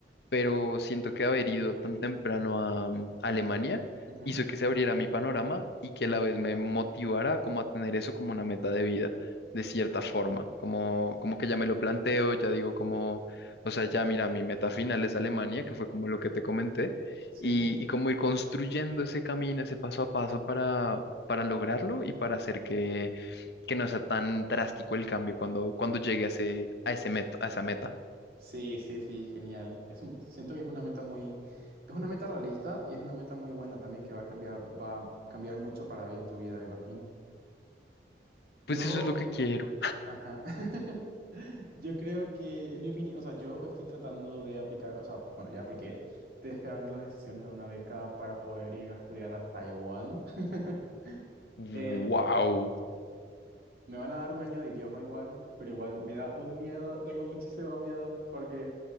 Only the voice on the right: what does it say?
Ujú,
Sí,
sí, sí, sí, genial. Es un- siento que es una meta muy, es una meta realista y es una meta muy buena también que va a cambiar, va a cambiar mucho para bien tu vida, me imagino.
Yo
Ajá. <laughs> Yo creo que, en mi opinión, o sea, yo estoy tratando de aplicar, o sea, bueno, ya apliqué, estoy esperando las decisiones de una beca para poder ir a estudiar a Taiwán. <laughs>
Eh, me van a dar un año de idioma igual, pero igual me da un miedo, tengo muchísimo miedo porque